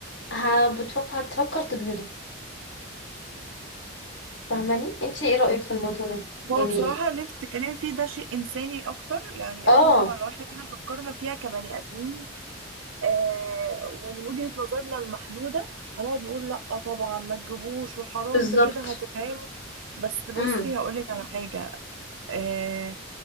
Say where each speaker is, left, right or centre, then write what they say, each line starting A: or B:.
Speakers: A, on the left; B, on the right.
A: ه- بتفكر هتفكر تجهضه فاهماني انتي ايه رأيك في الموضوع ده يعني
B: هو بصراحة اللي انت بتتكلمي فيه ده شيء إنساني أكتر يعني
A: اه
B: اه طبعا لو احنا كده فكرنا فيها كبني آدمين آه ومن وجهة نظرنا المحدودة هنقعد نقول لأ طبعا ما تجيبوش وحرام
A: بالظبط
B: ده كده هتتعبوا بس بصي
A: امم
B: هقولك على حاجة آه،